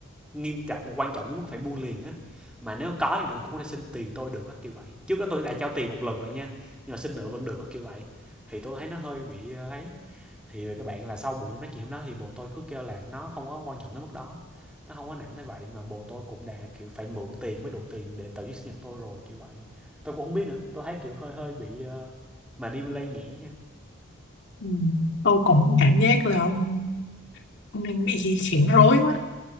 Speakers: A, in the centre; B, on the left.
A: nghiêm trọng mà quan trọng đến mức phải mua liền á mà nếu có thì nữa cũng có thể xin tiền tôi được á kiểu vậy trước đó tôi đã trao tiền một lần rồi nha nhưng mà xin nữa vẫn được á kiểu vậy thì tôi thấy nó hơi bị ờ, ấy thì các bạn là sau buổi nói chuyện hôm đó thì bồ tôi cứ kêu là nó không có quan trọng tới mức đó nó không có nặng tới vậy mà bồ tôi cũng đã kiểu phải mượn tiền mới đủ tiền để tổ chức sinh nhật tôi rồi kiểu vậy tôi cũng không biết nữa tôi thấy kiểu hơi hơi bị uh, mà đi lây nhẹ nha
B: ừ. tôi cũng cảm giác là ông, ông đang bị khiển rối quá